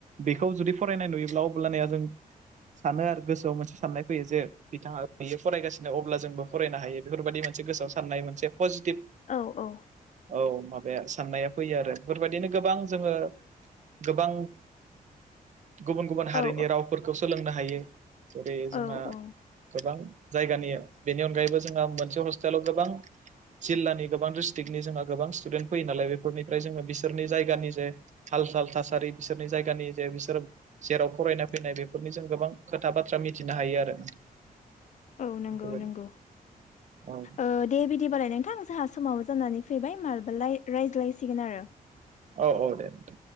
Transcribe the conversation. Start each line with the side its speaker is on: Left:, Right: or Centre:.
Right: बेखौ जुदि फरायनाय नुयोब्ला अब्लानिया जों। सानो आरो गोसोआव मोनसे साननाय फैयो जे बिथाङा बेयो फरायगासिनो अ अब्ला जोंबो फरायनो हायो बेफोरबायदि मोनसे गोसोआव साननाय मोनसे पजिटिभ।
Left: औ औ।
Right: औ माबाया साननाया फैयो आरो बेफोरबायदिनो गोबां जोङो। गोबां गुबुन गुबुन हारिनि
Left: औ
Right: रावफोरखौ सोलोंनो हायो। जेरै जोंहा
Left: औ औ
Right: गोबां जायगानि बेनि अनगायैबो जोंहा मोनसे हस्टेलाव गोबां। जिल्लानि गोबां डिस्ट्रिक्टनि जोंहा गोबां स्टुडेन्ट फैयो नालाय बेफोरनिफ्राय जोङो बिसोरनि जायगानि जे हाल साल थासारि बिसोरनि जायगानि जे बिसोर। जेराव फरायनाय फैनाय बेफोरनि जों गोबां खोथा बाथ्रा मिथिनो हायो आरो।
Left: औ
Right: बेफोरबायदि
Left: नंगौ नंगौ
Right: औ
Left: ओ दे बिदिबालाय नोंथां जोंहा समावबो जानानै फैबाय मालाबा रायज्लायसिगोन आरो।
Right: औ औ दे दे।